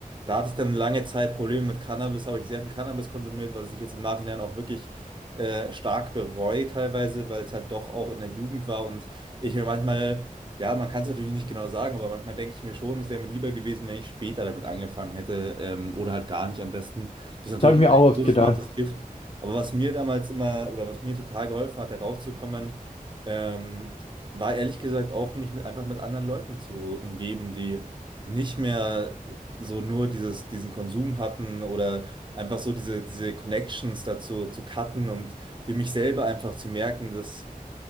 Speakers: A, on the right; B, on the left.
A: da hatte ich dann lange Zeit Probleme mit Cannabis, habe ich sehr viel Cannabis konsumiert, was ich jetzt im Nachhinein auch wirklich äh, stark bereue teilweise, weil es halt doch auch in der Jugend war. Und ich mir manchmal, ja, man kann es natürlich nicht genau sagen, aber manchmal denke ich mir schon, es wäre mir lieber gewesen, wenn ich später damit angefangen hätte, ähm, oder halt gar nicht am besten. Das ist
B: Das
A: natürlich,
B: habe ich mir auch oft
A: Dosis
B: gedacht.
A: macht das Gift. Aber was mir damals immer oder was mir total geholfen hat, da rauszukommen, ähm, war ehrlich gesagt auch, mich mit, einfach mit anderen Leuten zu umgeben, die nicht mehr so nur dieses, diesen Konsum hatten oder einfach so diese, diese Connections dazu zu cutten und für mich selber einfach zu merken, dass,